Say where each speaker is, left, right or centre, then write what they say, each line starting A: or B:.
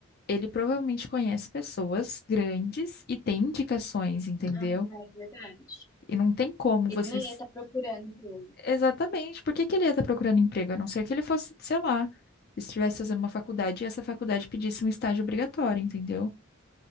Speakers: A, on the left; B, on the left.
A: ele provavelmente conhece pessoas grandes e tem indicações, entendeu?
B: Ah, é verdade.
A: E não tem como
B: Ele
A: você
B: não ia estar procurando emprego.
A: Exatamente. Por que que ele ia estar procurando emprego? A não ser que ele fosse, sei lá, estivesse fazendo uma faculdade e essa faculdade pedisse um estágio obrigatório, entendeu?